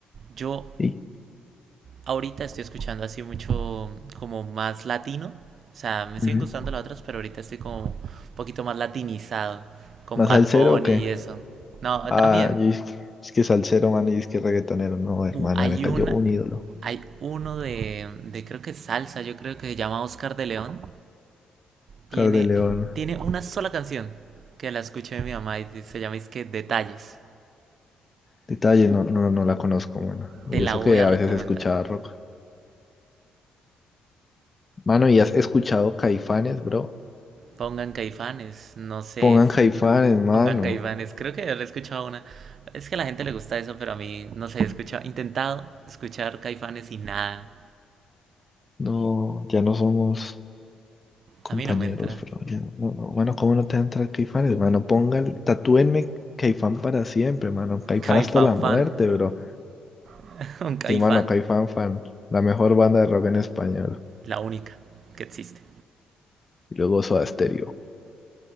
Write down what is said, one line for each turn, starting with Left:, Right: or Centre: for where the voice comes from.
Right: Yo
Left: ¿Y?
Right: ahorita estoy escuchando así mucho como más latino. O sea, me siguen
Left: ujú.
Right: gustando las otras, pero ahorita estoy como un poquito más latinizado con
Left: ¿Más
Right: Bad
Left: salsero
Right: Bunny
Left: o qué?
Right: y eso. No,
Left: Ah,
Right: también
Left: y es que es que salsero, man, y es que reggaetonero, no, hermano,
Right: uh, hay
Left: me cayó
Right: una,
Left: un ídolo.
Right: hay uno de, de creo que salsa, yo creo que se llama Oscar de León.
Left: Oscar
Right: Tiene,
Left: de León.
Right: tiene una sola canción que la escuché de mi mamá y se llama es que Detalles.
Left: Detalle, no, no, no la conozco, mano. Y
Right: Te la
Left: eso
Right: voy
Left: que
Right: a
Left: a
Right: recomendar.
Left: veces escuchaba rock. Mano, ¿y has escuchado Caifanes, bro?
Right: Pongan Caifanes, no sé,
Left: Pongan Caifanes, mano.
Right: Pongan Caifanes, creo que yo le he escuchado una. Es que a la gente le gusta eso, pero a mí, no sé, he escuchado, intentado escuchar Caifanes y nada.
Left: No, ya no somos compañeros,
Right: A mí no me entra.
Left: bro. ya no- no, no. Bueno, ¿cómo no te entra Caifanes, mano? Pongan, tatúenme Caifán para siempre, mano. Caifán
Right: Caifán
Left: hasta la muerte,
Right: fan.
Left: bro.
Right: <laughs> Un Caifán,
Left: Sí, mano, Caifán fan. La mejor banda de rock en español.
Right: la única que existe.
Left: Y luego Soda Stereo.